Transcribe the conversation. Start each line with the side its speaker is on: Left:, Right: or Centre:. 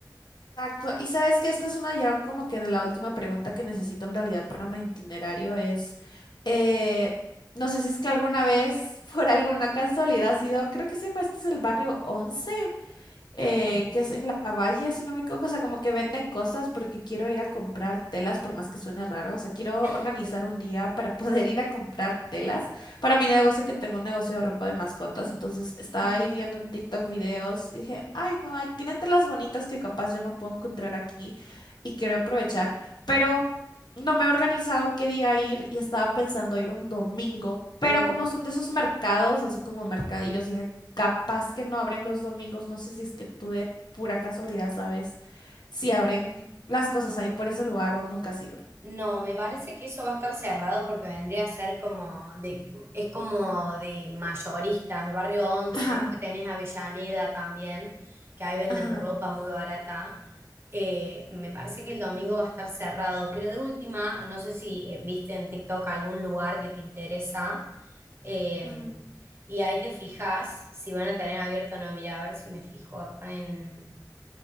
Left: Exacto. Y sabes que esta es una ya como que de la última pregunta que necesito en realidad para mi itinerario es, eh, no sé si es que alguna vez, <laughs> por alguna casualidad, has ido, creo que se llama, este es el barrio once eh,
Right: Ah,
Left: que es en la Valle, si no me equivoco, o sea, como que venden cosas porque quiero ir a comprar telas, por más que suene raro, o sea, quiero
Right: <laughs>
Left: organizar un día para <laughs> poder ir a comprar telas para mi negocio, que tengo un negocio de ropa de mascotas, entonces estaba
Right: qué hermoso.
Left: ahí viendo en TikTok videos y dije, ay, no, hay, tienen telas bonitas que capaz yo no puedo encontrar aquí y quiero aprovechar, pero no me he organizado qué día ir y estaba pensando ir un domingo. Pero
Right: Mm.
Left: como son de esos mercados, así como mercadillos, dije capaz que no abren los domingos, no sé si es que tú de pura casualidad sabes si abren las cosas ahí por ese lugar o nunca has ido.
Right: No, me parece que eso va a estar cerrado porque vendría a ser como de, es como de mayoristas, barrio Once,
Left: Ajá,
Right: que tenés Avellaneda también, que ahí venden
Left: ajá.
Right: ropa muy barata. Eh, me parece que el domingo va a estar cerrado, pero de última, no sé si eh, viste en TikTok algún lugar que te interesa eh,
Left: Ujú.
Right: y ahí te fijas si van a tener abierto o no. Mira, a ver si me fijo acá en...